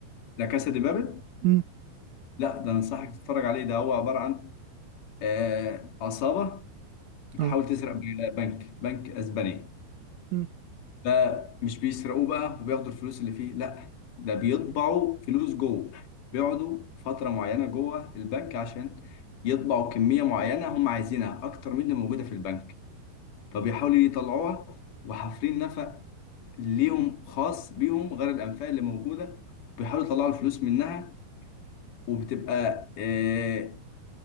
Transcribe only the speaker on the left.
لا كاسا دي بابل
لا ده انصحك تتفرج عليه ده هو عباره عن آه، عصابه بتحاول
تسرق بنك بنك اسباني
فمش بيسرقوه بقى وبياخدوا الفلوس اللي فيه لا ده بيطبعوا فلوس جوه بيقعدوا فتره معينه جوه البنك عشان يطبعوا كميه معينه هم عايزينها اكتر من اللي موجوده في البنك فبيحاولوا يطلعوها وحافرين نفق ليهم خاص بيهم غير الأنفاق اللي موجودة بيحاولوا يطلعوا الفلوس منها وبتبقى آه،